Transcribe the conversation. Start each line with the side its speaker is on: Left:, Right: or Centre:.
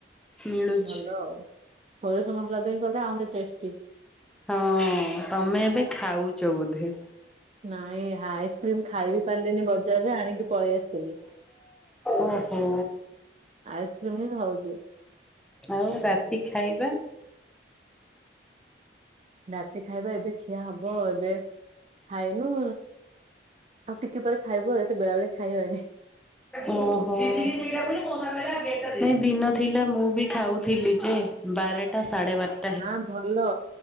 Centre: ମିଳୁଚି।
Right: ଭଲ ଆଉ ସୋରିଷ ମସଲା ଦେଇ କଲେ ଆହୁରି ଟେଷ୍ଟି।
Centre: ହଁ ତମେ ଏବେ ଖାଉଚ ବୋଧେ।
Right: ନାଇଁ ଆଇସ୍କ୍ରିମ ଖାଇବି ପାରିଲିନି ବଜାରରେ ଆଣିକି ପଳେଇ ଆସିଥିଲି।
Centre: ଓହୋ।
Right: ଆଇସ୍କ୍ରିମ ହିଁ ଖାଉଚି।
Centre: ଆଉ ରାତି ଖାଇବା?
Right: ରାତି ଖାଇବା ଏବେ ଖିଆ ହବ ଏବେ ଖାଇନୁ ଆଉ ଟିକେ ପରେ ଖାଇବୁ ଏତେ ବେଳାବେଳି ଖାଇବେନି।
Centre: ଓହୋ ନାଇଁ ଦିନ ଥିଲା ମୁଁବି ଖାଉଥିଲିଯେ ବାରେଟା ସାଢ଼େ ବାର
Right: ହଁ ଭଲ